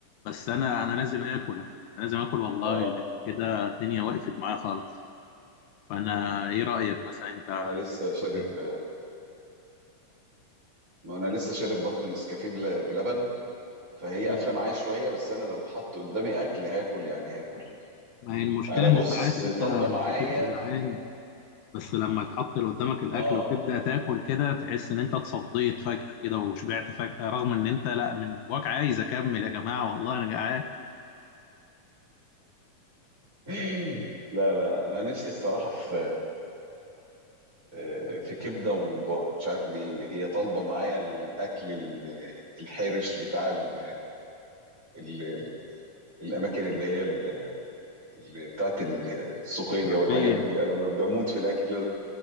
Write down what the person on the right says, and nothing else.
اه
وانا لسه شارب
ما انا لسه شارب برضه نسكافيه بل- بلبن فهي
قافله معايا شويه بس انا لو اتحط قدامي اكل هاكل يعني هاكل
انا بص
طالبه معايا
اه
<laughs> لا لا انا نفسي الصراحه في آه، في كبده وممبار مش عارف ليه هي طالبه معايا الاكل ال- الحرش بتاع ال ال ال الاماكن اللي هي ال- اللي بتاعت السوقيه
والحاجات دي انا بموت في الاكل